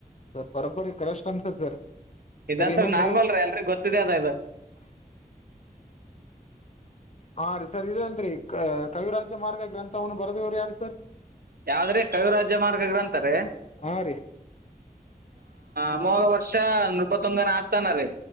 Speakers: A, on the left; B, on the right.
A: ಸರ್ ಬರಂಪರಿ ಕಷ್ಟನ್ಸ ಸರ್ <unintelligible>
B: ಇದಂ
A: ಇನ್ನೊಂದ್ರಿ
B: ನಾರ್ಮಲ್ರೀ ಅಲ್ರಿ ಗೊತ್ತಿದೆ ಅದ ಇ
A: <unintelligible> ಹಾ ರೀ ಸರ್ ಇದೇನ್ರರಿ ಕವಿರಾಜ್ಯ ಮಾರ್ಗ ಗ್ರಂಥವನ್ನು ಬರದವ್ರು ಯಾರು ಸರ್
B: ಯಾವ್ದ್ರೆ ಕವಿರಾಜ್ಯ ಮಾರ್ಗ ಗ್ರಂಥ ಅಂತಾರೆ
A: ಹಾ ರೀ
B: ಅಮೋಘವರ್ಷ ನೃಪತ್ತೊಂಗನ್ಸ್ತಾನ ರೀ